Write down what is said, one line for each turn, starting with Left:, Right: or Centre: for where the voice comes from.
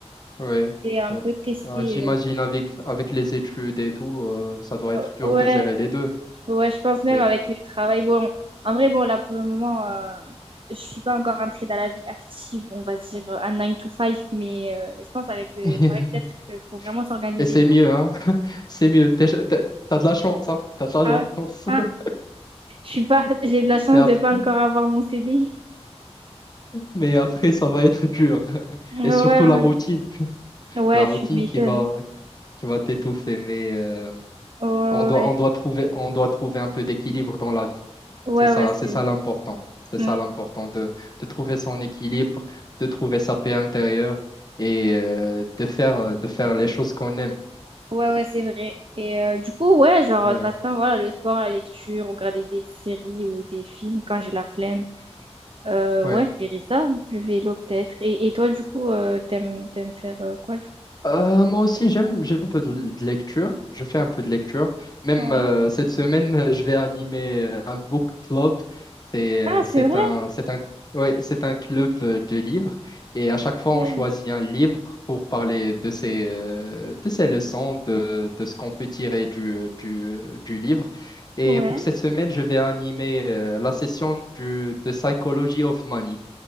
Left: Oui,
Right: J'ai un
Left: oui.
Right: peu testé.
Left: Euh, j'imagine
Right: euh,
Left: avec, avec les études et tout, euh, ça doit
Right: Oh,
Left: être dur
Right: Ouais,
Left: de gérer les deux.
Right: ouais, je pense même
Left: Oui.
Right: avec le travail. Bon, en vrai, bon, là, pour le moment, euh, je suis pas encore rentrée dans la vie active, on va dire, un nine to five mais euh, je pense avec le
Left: <laughs>
Right: travail, peut-être qu'il faut vraiment s'organiser.
Left: Et c'est
Right: tu
Left: mieux,
Right: vois.
Left: hein? C'est mieux. T'es- t'as t'as de la chance, hein. T'as de la
Right: Ah,
Left: chance.
Right: ah,
Left: <laughs>
Right: je suis pas, <laughs> j'ai de la chance
Left: Mais après,
Right: de pas encore avoir mon CDI.
Left: mais après, ça va être dur. <laughs>
Right: Ouais,
Left: Et
Right: ouais,
Left: surtout la
Right: ouais,
Left: routine.
Right: Ouais,
Left: La routine
Right: tu m'étonnes.
Left: qui va, qui va t'étouffer. Mais euh,
Right: Ouais,
Left: on doit,
Right: ouais,
Left: on doit trouver, on doit trouver un peu d'équilibre dans la vie.
Right: ouais,
Left: C'est ça,
Right: ouais, c'est
Left: c'est ça l'important. C'est
Right: Mm.
Left: ça l'important de, de trouver son équilibre, de trouver sa paix intérieure et euh, de faire, de faire les choses qu'on aime.
Right: ouais, ouais, c'est vrai. Et euh, du coup, ouais, genre,
Left: Ouais.
Right: passe-temps, voilà, le sport, la lecture, regarder des séries ou des films quand j'ai la flemme. Euh,
Left: Ouais.
Right: ouais, je dirais ça, du vélo peut-être. Et, et toi, du coup, euh, t'aimes, t'aimes faire euh, quoi, du coup?
Left: Euh, moi aussi, j'aime, j'aime un peu de, de lecture. Je fais un peu de lecture. Même
Right: Ouais.
Left: euh, cette semaine, euh, je vais animer euh, un book club. C'est,
Right: Ah,
Left: euh,
Right: c'est
Left: c'est
Right: vrai.
Left: un, c'est un, ouais, c'est un club euh, de livres. Et à chaque fois,
Right: c'est-
Left: on choisit un livre pour parler de ses, euh, de ses leçons, de, de ce qu'on peut tirer du, euh, du, euh, du livre. Et
Right: Ouais.
Left: pour cette semaine, je vais animer euh, la session du, de Psychology of Money.